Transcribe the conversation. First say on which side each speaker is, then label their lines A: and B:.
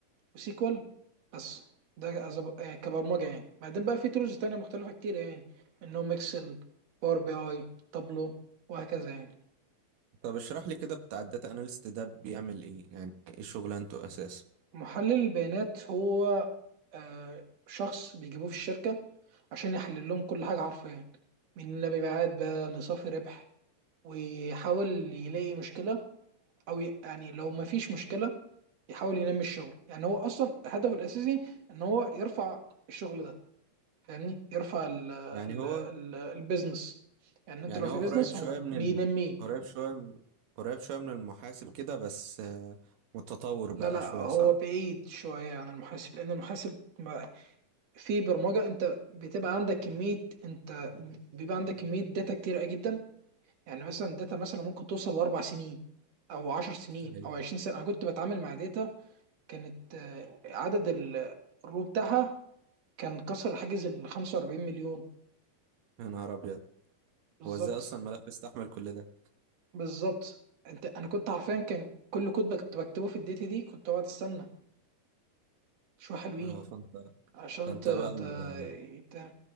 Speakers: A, on the right; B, on the right.
A: وسيكوال بس ده أز- آه، كبرمجه يعني بعدين بقى في تولز تانية مختلفه كتير يعني منهم اكسل باور بي اي تابلو وهكذا يعني
B: طب اشرح لي كده بتاع الداتا اناليست ده بيعمل ايه يعني ايه شغلانته اساسا
A: محلل البيانات هو آه، شخص بيجيبوه في الشركه عشان يحلل لهم كل حاجه حرفيا من مبيعات بقى لصافي ربح ويحاول يلاقي مشكله او ي- يعني لو ما فيش مشكله يحاول ينمي الشغل يعني هو اصلا هدفه الاساسي ان هو يرفع الشغل ده فاهمني يرفع ال ال
B: يعني هو
A: ال البيزنس يعني انت
B: يعني
A: لو في
B: هو
A: بيزنس
B: قريب شويه
A: هو
B: من
A: بينميه
B: ال... قريب شويه من... قريب شويه من المحاسب كده بس آه، متطور
A: لا
B: بقى
A: لا
B: شويه
A: هو
B: صح
A: بعيد شويه عن المحاسب لان المحاسب ما- في برمجه انت بتبقى عندك كميه انت بيبقى عندك كميه داتا كتير جدا يعني مثلا الداتا مثلا ممكن توصل لاربع سنين او عشر سنين
B: ايوه
A: او عشرين سنه انا كنت بتعامل مع داتا كانت آه، عدد ال- الرو بتاعها كان كسر حاجز ال 45 مليون
B: يا نهار ابيض
A: بالظبط
B: هو ازاي اصلا الملف يستحمل كل ده
A: بالظبط انت انا كنت حرفيا كان كل كود بكت- بكتبه في الداتا دي كنت بقعد استنى شويه حلوين
B: اه فانت
A: عشان
B: فانت
A: ت... ت...
B: بقى ال-
A: ت...